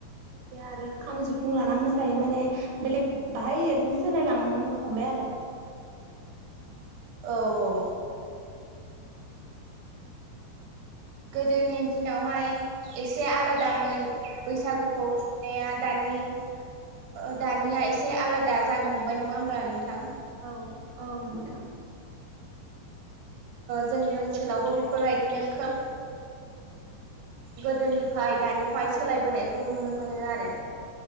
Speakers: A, on the right; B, on the right.
A: से आरो खाम सिफुं लाना मोसायो माने बेलेग बाहाय ओरैनो सोलायलांनो हमबाय आरो
B: औ औ
A: हम
B: गोदोनि दिनावहाय एसे आलादामोन बैसागुखौ खुंनाया दानि अ दानिया एसे आलादा जानो हमबाय नङा होमब्ला नोंथां
A: औ औ नोंथां
B: जोंनि ओनसोलावबो बेफोरबायदिनो खोब गोदोनिफ्राय दानिफ्राय सोलायबोनायखौ नुनो मोनो आरो